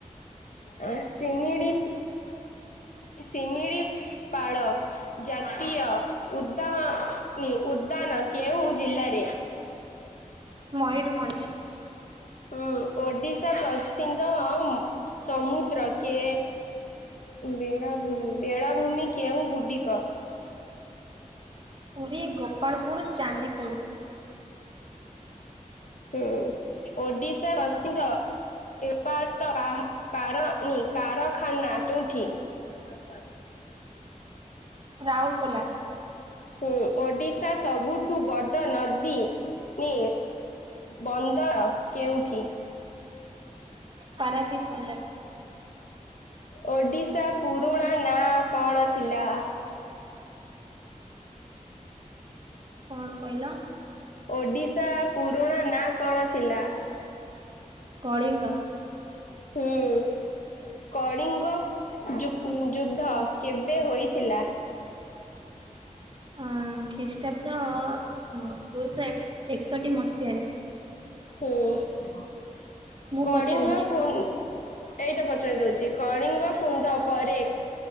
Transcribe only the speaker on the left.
ଆ ସିମିଡି ଶିମିଳି ପାଳ ଜାତୀୟ ଉଦା ନି ଉଦାନ କେଉଁ ଜିଲ୍ଲାରେ
ଆ ହୁଁ ଓଡିଶା ପ୍ରସିଧ ସମୁଦ୍ର କେ ବେଳାଭୂମି ବେଳାଭୂମି କେଉଁ ଗୁଡିକ?
ହୁଁ ଓଡିଶା ରସିଙ୍ଗ ଏପ କ କ ନି କାରଖାନନା କୋଉଠି? ବା ପା
ହୁଁ ଓଡିଶା ସବୁଠୁ ବଡ ନଦୀ ନି ବନ୍ଦର କେଉଁଠି?
ଓଡିଶା ପୁରୁଣା ନା କଣ ଥିଲା?
ଓଡ଼ିଶା ପୁରୁଣା ନାଁ କଣ ଥିଲା?
ହୁଁ। କଳିଙ୍ଗ ଯୁ ଯୁଦ୍ଧ କେବେ ହୋଇଥିଲା?
ହୁଁ
କଳିଙ୍ଗ
ପୁ ଏଇଟା ପଚାରି ଦଉଚି କଣିଙ୍ଗ କୁଣ୍ଡ ପରୋ